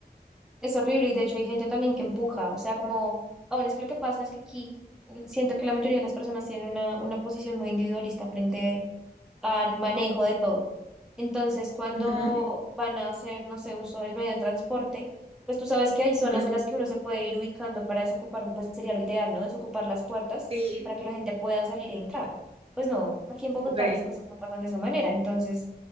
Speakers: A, in the centre; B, on the right.
A: Es horrible y de hecho hay gente también que empuja, o sea, como, aún es que lo que pasa es que aquí eh, siento que la mayoría de las personas tienen una, una posición muy individualista frente al manejo de todo. Entonces, cuando
B: Ujú,
A: van a hacer, no sé, uso del medio de transporte, pues tú sabes que hay zonas
B: ujú,
A: en las que uno se puede ir ubicando para desocupar, pues sería lo ideal, ¿no? Desocupar las puertas
B: Sí,
A: para que la gente pueda salir e entrar. Pues no, aquí en Bogotá
B: ok.
A: las cosas no pasan de esa manera, entonces